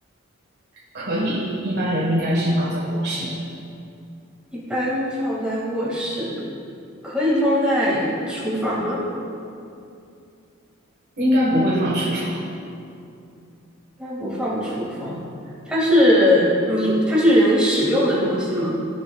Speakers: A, on the right; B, in the centre.
A: 可以，一般人应该是放在卧室的，
B: 一般放在卧室，可以放在厨房吗？
A: 应该不会放厨房。
B: 一般不放厨房。它是你，它是人使用的东西吗？